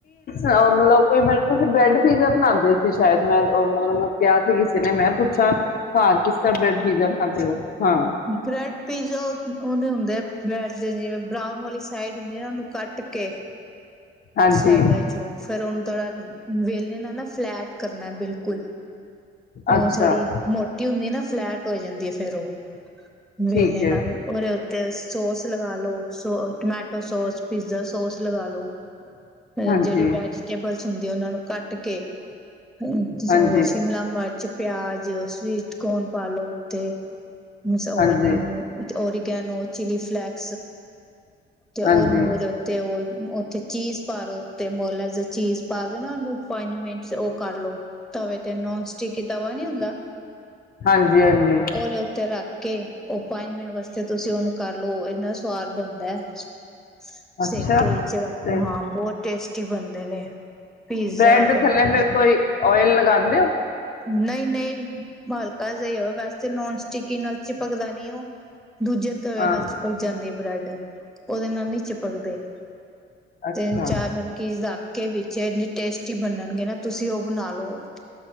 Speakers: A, on the left; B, in the centre.
A: ਮਤਲਬ ਕੋਈ ਮ ਤੁਸੀਂ ਬ੍ਰੈਡ ਪੀਜ਼ਾ ਬਣਾਉਂਦੇ ਸੀ ਸ਼ਾਇਦ ਮੈਂ ਮਤਲਬ ਕਿਹਾ ਸੀ ਕਿਸੇ ਨੇ ਮੈਂ ਪੁੱਛਿਆ ਹਾਂ ਕਿਾ ਬ੍ਰੈਡ ਪੀਜ਼ਾ ਖਦੇ ਹੋ ਹਾਂ
B: ਬਰਡ ਫਿਜ਼ੋਤ ਉਹਨੇ ਹੁੰਦੇ ਆ ਬ੍ਰੈਡ ਦੇ ਜਿਵੇਂ ਬਰਾਊਨ ਵਾਲੀ ਸਾਈਡ ਹੁੰਦੇ ਇਹਨਾਂ ਨੂੰ ਕੱਟ ਓ ਕੇ
A: ਹਾਂਜੀ
B: ਸਾਈਡਾਂ ਚੋਂ ਫੇਿਰ ਹੁਨਣ ਥੋੜਾ ਵੇਲ ਅ ਨ ਨਾ ਫਲੈਟ ਕਰਨਾ ਬਿਲਕੁਲ ਉਹ
A: ਅੱਛਾ
B: ਥੋੜ੍ਹੀ ਮੋਟੀ ਹੁੰਦੀ ਨਾ ਫਲੈਟ ਹੋ ਜਾਂਦੀ ਹੈ ਫੇਰ ਉਹ ਮੇਨੇ
A: ਠੀਕ ਹੈ
B: ਨਾਲ ਉਹਦੇ ਤੇ ਸੋਸ ਲਗਾ ਲੋ ਸੋ ਕਲੇ ਤ ਸੋਸ ਪੀਜ਼ਾ ਸੋਸ ਲਗਾ ਲੋ ਅ
A: ਹਾਂਜੀ
B: ਜਿਹੜੀ ਵੈਜੀਟੇਬਲ ਸੁਣਦੇ ਉਹਨਾਂ ਨੂੰ ਕੱਟ ਕੇ ਉਹ
A: ਹਾਂਜੀ
B: ਸ਼ਿਮਲਾ ਮਿਰਚ ਪਿਆਜ ਜੋੋਸ਼ ਸਵੀਟ ਕੋੌਣ ਪਾਲੋ ਤੇ ਹ ਹੋਰ
A: ਹਾਂਜੀ
B: ਹੋਰ ਗੇਨੋ ਚੀ ਫਲੈਕ ਤੇ ਉਹ
A: ਹਾਂਜੀ
B: ਨ ਤੇ ਉਹ ਉੱਥੇ ਚੀਜ਼ ਪਾਲੋ ਉੱਤੇ ਮੁਜ ਚੀਜ਼ ਪਾ ਕੇ ਨਾ ਉਹਨੂੰ ਪੰਜ ਮਿੰਟ ਕਰ ਲੋ। ਤਵੇ ਤੇ ਨੋਨ ਸਟਿਕੀ ਤਵਾ ਨੀ ਹੁੰਦਾ
A: ਹਾਂਜੀ ਹਾਂਜੀ
B: ਓਲੇ ਉੱਥੇ ਰੱਖ ਕੇ ਉਹ ਪੰਜ ਮਿੰਨਟ ਵਾਸਤੇ ਤੁਸੀਂ ਉਹਨੂੰ ਕਰਲਓ ਇੰਨਾ ਸਵਾਦ ਬਣਦਾ। ਅ <unintelligible>
A: ਅੱਛਾ
B: ਸੇਕੇ ਚ ਰੱਖ
A: ਤੇ
B: ਹਾਂ ਬਹੁਤ ਟੇਸਟੀ ਬਣਦੇ ਨੇ। ਪੀਜ਼ਾ
A: ਬਰੈਡ
B: ਬਣਦੇ
A: ਦੇ ਥੱਲੇ ਫਿਰ
B: ਨੇ।
A: ਕੋਈ ੳਇਲ ਲਗਾਦੇ ਹੋ?
B: ਨਹੀਂ-ਨਹੀਂ ਹਲਕਾ ਜਾਹੀ ਹੋ ਵੈਸੇ ਨੋਨ ਸਟਿਕ ਨਾਲ ਚਿਪਕਦਾ ਨੀ ਉਹ। ਦੂਜੇ ਤਵੇ
A: ਹਾਂ
B: ਨਾਲ ਚਿਪਕ ਜਾਂਦੀ ਹੈ, ਬਰੈਡ। ਉਹਦੇ ਨਾਲ ਨੀ ਚਿਪਕਦੇ।
A: ਅੱਛਾ
B: ਤਿੰਨ-ਚਾਰ ਮਰਕੀ ਰਖਕੇ ਵਿੱਚ ਟੇਸਟੀ ਬਨਣਗੇ ਨਾ, ਤੁਸੀਂ ਉਹ ਬਣਾ ਲੋ